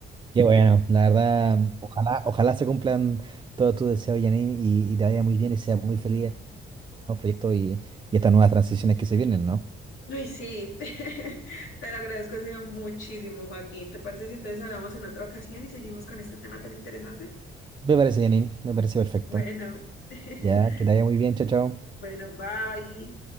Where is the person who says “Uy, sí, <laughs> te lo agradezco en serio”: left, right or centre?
Left